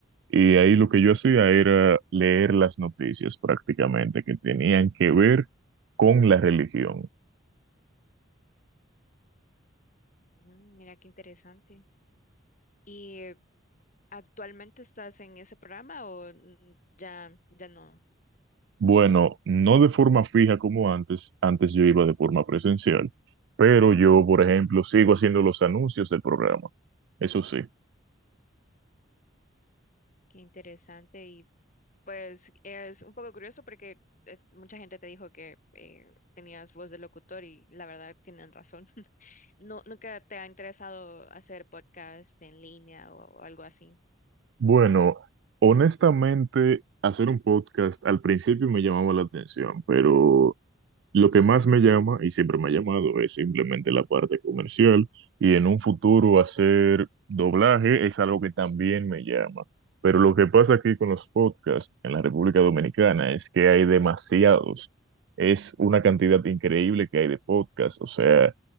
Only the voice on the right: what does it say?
Y ahí lo que yo hacía era leer las noticias prácticamente que tenían que ver con la religión.
Bueno, no de forma fija como antes, antes yo iba de forma presencial, pero yo, por ejemplo, sigo haciendo los anuncios del programa. Eso sí,
Bueno, honestamente, hacer un podcast al principio me llamaba la atención, pero lo que más me llama y siempre me ha llamado es simplemente la parte comercial y en un futuro hacer doblaje es algo que también me llama. Pero lo que pasa aquí con los podcasts en la República Dominicana es que hay demasiados. Es una cantidad increíble que hay de podcasts. O sea,